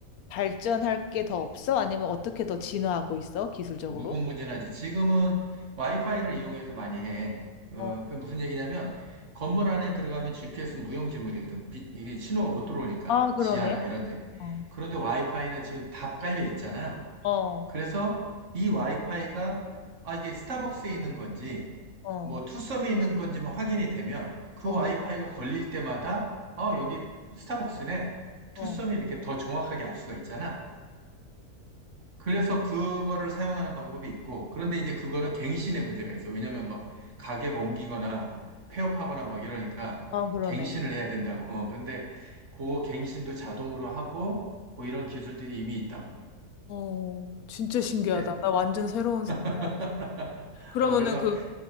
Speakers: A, on the left (about 80°); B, on the right (about 55°).
A: 발전할 게 더 없어? 아니면 어떻게 더 진화하고 있어? 기술적으로?
B: 무궁무진하지. 지금은 와이파이를 이용해서 많이 해. 어,
A: 어.
B: 그게 무슨 얘기냐면, 건물 안에 들어가면 GPS는 무용지물이거든. 비- 이게 신호가 못 들어오니까.
A: 아, 그러네.
B: 지하나 이런 데.
A: 어.
B: 그런데 와이파이는 지금 다 깔려 있잖아.
A: 어.
B: 그래서 이 와이파이가, 아, 이게 스타벅스에 있는 건지,
A: 어.
B: 뭐, 투썸에 있는 건지 뭐 확인이 되면, 그
A: 어.
B: 와이파이가 걸릴 때마다, 어, 여기 스타벅스네.
A: 어.
B: 투썸이 이렇게 더 정확하게 알 수가 있잖아. 그래서 그거를 사용하는 방법이 있고, 그런데 이제 그거는 갱신의 문제가 있어. 왜냐면 막 가게가 옮기거나 폐업하거나 막 이러니까
A: 아, 그러네.
B: 갱신을 해야 된다고. 어, 근데 그 갱신도 자동으로 하고 뭐 이런 기술들이 이미 있다고.
A: 어, 진짜 신기하다.
B: 예?
A: 나 완전 새로운
B: <laughs>
A: 생각. 그러면은
B: 어, 그래서,
A: 그